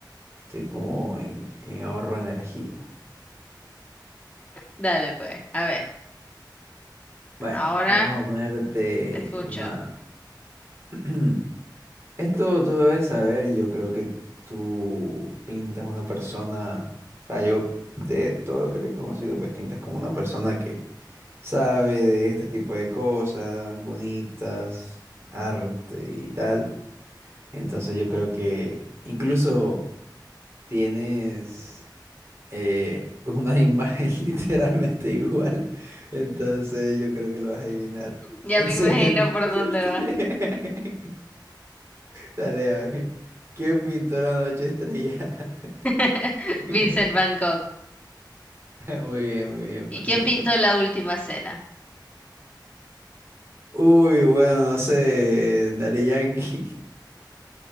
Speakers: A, on the right; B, on the left.
A: Estoy como en, en ahorro de energía.
B: Dale, pues. A ver,
A: Bueno,
B: ahora
A: vamos a ponerte
B: te escucho.
A: una... <clears throat> Esto tú debes saber, yo creo que tú pintas una persona, o sea, yo de todo lo que te he conocido, pues pintas como una persona que sabe de este tipo de cosas bonitas, arte y tal. Entonces yo creo que incluso tienes eh, una imagen <laughs> literalmente igual. Entonces yo creo que lo vas a adivinar.
B: Ya
A: Excelente.
B: me imagino por dónde
A: <laughs>
B: va.
A: Dale, a ¿Qué pintó la noche estrellada?
B: <laughs>
A: <laughs>
B: Vincent Van Gogh.
A: Muy bien, muy bien,
B: ¿Y
A: perfecto.
B: quién pintó la última cena?
A: Uy, bueno, no sé, Daddy Yankee.